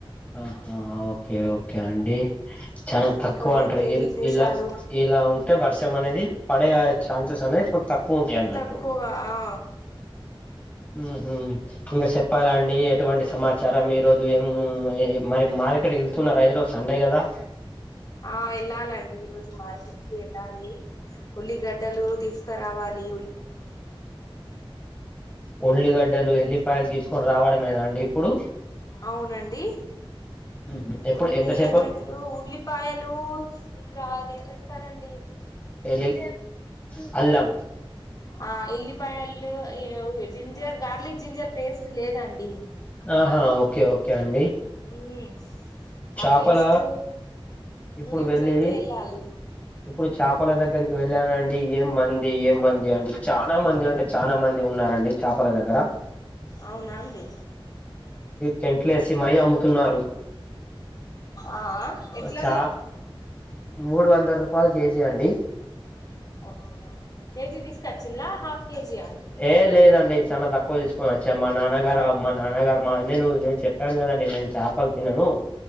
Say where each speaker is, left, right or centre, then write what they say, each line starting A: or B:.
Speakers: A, on the left; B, on the left.
A: ఆహా ఓకే ఓకే అండి చాలా
B: ఇంకా
A: తక్కువ అంట్రు
B: ఏంటి
A: ఇల్
B: విశేషాలు
A: ఇలా ఈ ఇలా ఉంటే వర్షం అనేది పడే ఛాన్సెస్ అనే తక్కువ ఉంటాయి అన్నట్టు
B: తక్కువగా ఆ
A: ఊహు ఇంగా చెప్పాలండి ఎటువంటి సమాచారం ఈ రోజు ఏం మరి మ మార్కెట్ కి ఎళ్తున్నారా ఈరో సండే గదా
B: ఆ ఎళ్ళాలండి ఈ రోజు మార్కెట్కి డాలి ఉల్లిగడ్డలు తీసకరావాలి
A: ఉళ్ళిగడ్డలు ఎళ్ళి ఫైల్ తీసుకొని రావడమేనా అండి ఇప్పుడు
B: అవునండి
A: ఉహు ఎప్పుడు
B: ఉల్లి
A: ఎంతసేపు
B: ఏమంటారు ఉల్లిపాయలు ఇంక అదేంటంటారండి
A: ఎలి అల్లం
B: ఆ ఎలిపాయలు అ జింజర్ గార్లిక్ జింజర్ పేస్ట్ లేదండి
A: ఆహా ఓకే ఓకే అండి
B: హ
A: చేపల
B: ఆ పేస్ట్
A: ఇప్పుడు
B: గురించి
A: వెళ్ళి
B: అయితే వెళ్ళాలి
A: ఇప్పుడు చేపల దగ్గరికి వెళ్ళానం ఏం మంది ఏ మంది అండి చాలా మంది అంటే చాలా మంది ఉన్నారండి చాపల దగ్గర
B: అవునా అండి
A: టెంట్లేసి మరీ అమ్ముతున్నారు
B: ఆ ఆ
A: చా మూడు వందల రూపాయలు కేజీ అండి
B: ఓకే కేజీ తీసుకొచ్చిల్లా హాఫ్ కేజీ అండి
A: ఏ లేదండి చాలా తక్కువ కొన వచ్చా మా నాన్నగారు మా నాన్నగారు మా నేను నేను చెప్పాను కదండి నేను చేపలు తినను